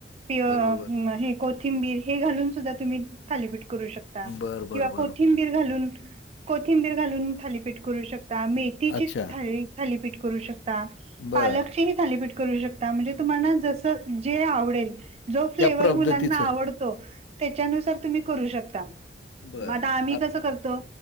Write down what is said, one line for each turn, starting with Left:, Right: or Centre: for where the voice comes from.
Right: किंवा
Left: बरोबर
Right: हे - कोथिंबीर हे घालून सुद्धा तुम्ही थालीपीठ करू शकता
Left: बर बर
Right: किंवा
Left: बर
Right: कोथिंबीर घालून- कोथिंबीर घालून थालीपीठ करू शकता. मेथीची
Left: अच्छा
Right: थाली थालीपीठ करू शकता.
Left: बर
Right: पालकचे ही थालीपीठ करू शकता म्हणजे तुम्हाला जस जे आवडेल- जो फ्लेवर
Left: त्या पद्धतीचं
Right: मुलांना आवडतो त्याच्यानुसार तुम्ही करू शकता.
Left: बरं.
Right: मग आता आम्ही
Left: आत
Right: कसं करतो